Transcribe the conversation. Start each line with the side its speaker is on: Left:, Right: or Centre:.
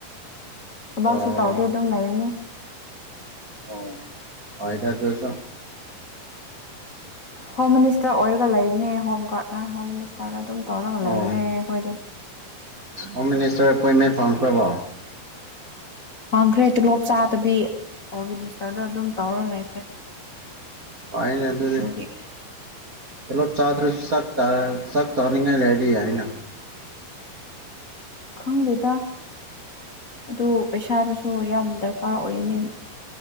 Left: ꯊꯕꯛꯁꯨ
Right: ꯑꯣ
Left: ꯇꯧꯗꯦ ꯑꯗꯨꯝ ꯂꯩꯌꯨꯅꯦ
Right: ꯑꯣ ꯐꯗꯗꯣꯁꯣ
Left: ꯍꯣꯝ ꯃꯤꯅꯤꯁꯇꯔ ꯑꯣꯏꯔꯒ ꯂꯩꯕꯅꯦ ꯍꯣꯝ ꯒꯥꯔꯗꯅ ꯍꯣꯝ ꯃꯤꯅꯤꯁꯇꯔꯅ ꯑꯗꯨꯝ ꯇꯧꯔꯒꯂ
Right: ꯑꯣ
Left: ꯏꯅꯦ ꯑꯩꯣꯏꯗꯤꯦ
Right: ꯍꯣꯝ ꯃꯤꯅꯤꯁꯇꯔ ꯑꯦꯄꯣꯏꯟꯃꯦꯟ ꯐꯪ ꯐ꯭ꯔꯔꯕꯣ
Left: ꯍꯪꯈ꯭ꯔꯦ ꯇꯣꯂꯣꯞ ꯆꯥꯗꯕꯤ ꯑꯣ ꯃꯤꯅꯤꯁꯇꯔꯗ ꯑꯗꯨꯝ ꯇꯧꯔ ꯂꯩꯈ꯭ꯔꯦ
Right: ꯐꯥꯏꯟ ꯑꯗꯨ ꯑꯗꯨꯗꯤ
Left: ꯑꯗꯨꯒꯤ
Right: ꯆꯂꯣ ꯆꯥꯗ꯭ꯔ ꯁ ꯆ ꯆ ꯆꯥꯅꯤꯡꯉ ꯂꯩꯦꯔꯤꯅ
Left: ꯈꯪꯂꯦꯗ ꯑꯗꯨ ꯄꯩꯁꯥꯗꯨꯁꯨ ꯌꯥꯝ ꯗꯔꯀꯥꯔ ꯑꯣꯏꯅꯦ